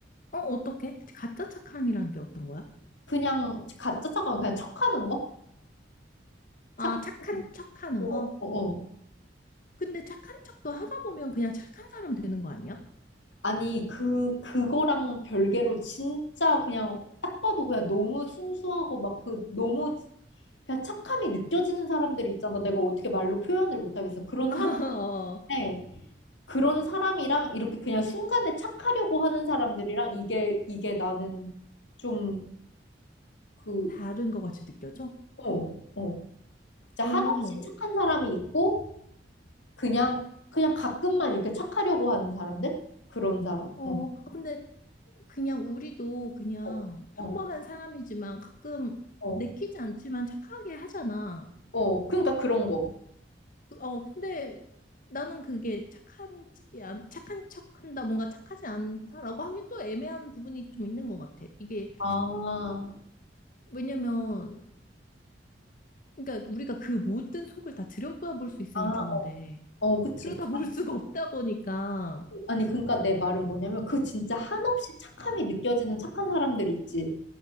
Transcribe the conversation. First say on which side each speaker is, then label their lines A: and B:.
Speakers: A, on the left; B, on the left.
A: 어, 어떻게? 가짜 착함이라는 게 어떤 거야?
B: 그냥 가짜 착함, 그냥 척하는 거? 착하고,
A: 아, 착한 척 하는 거?
B: 어, 어. 어.
A: 근데 착한 척도 하다 보면 그냥 착한 사람 되는 거 아니야?
B: 아니, 그, 그거랑 별개로 진짜 그냥 딱 봐도 그냥 너무 순수하고 막 그 너무 그냥 착함이 느껴지는 사람들이 있잖아. 내가 어떻게 말로 표현을 못하겠어. 그런
A: <laughs>
B: 사람인데,
A: 어,
B: 그런 사람이랑 이렇게 그냥 순간에 착하려고 하는 사람들이랑 이게, 이게 나는 좀 그,
A: 다른 것 같이 느껴져?
B: 어, 어. 진짜
A: 오,
B: 한없이 착한 사람이 있고, 그냥, 그냥 가끔만 이렇게 착하려고 하는 사람들? 그런 사람.
A: 어,
B: 어,
A: 아, 근데 그냥 우리도 그냥
B: 어,
A: 평범한
B: 어,
A: 사람이지만 가끔
B: 어.
A: 내키지 않지만 착하게 하잖아.
B: 어. 그러니까 그런 거.
A: 그- 어, 근데 나는 그게 착한지 않, 착한 척한다, 뭔가 착하지 않다라고 하긴 또 애매한 부분이 좀 있는 것 같아. 이게
B: 아,
A: 왜냐면 그러니까 우리가 그 모든 속을 다 들여다볼 수 있으면
B: 아, 어,
A: 좋은데
B: 어, 그치.
A: 들여다볼
B: 아니,
A: 수가 없다 보니까
B: 아니, 그러니까 내 말은 뭐냐면, 그 진짜 한없이 착함이 느껴지는 착한 사람들 있지.